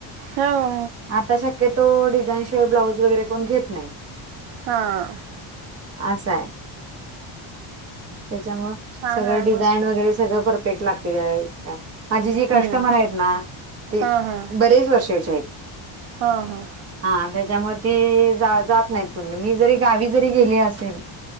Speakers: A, on the right (about 75°); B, on the right (about 30°).
A: होा
B: आता शक्यतो डिझाईनशिवाय ब्लाऊज वगैरे कोण घेत नाही.
A: हा
B: असा आहे त्याच्यामुळं
A: छान
B: सगळं
A: आहे
B: डिझाईन
A: मस्त
B: वगैरे
A: जॉब
B: सगळं परफेक्ट लागते का माझे जे कस्टमर
A: हम्म
B: आहेत ना ते
A: हा हा
B: बरेच वर्षाचे आहेत.
A: हा हा
B: हा त्याच्यामुळे ते जात नाहीत कुणीकड मी जरी गावी जरी गेली असेल